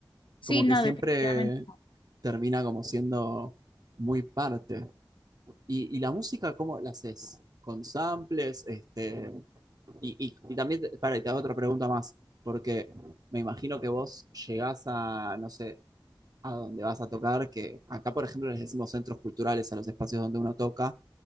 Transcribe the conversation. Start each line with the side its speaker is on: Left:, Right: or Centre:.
Left: Sí,
Right: Como
Left: no,
Right: que siempre
Left: definitivamente.
Right: termina como siendo muy parte. ¿Y, y la música cómo la haces? ¿Con samples? Este, y, y, y también, para, y te hago otra pregunta más, porque me imagino que vos llegás a, no sé, a donde vas a tocar, que acá, por ejemplo, les decimos centros culturales a los espacios donde uno toca,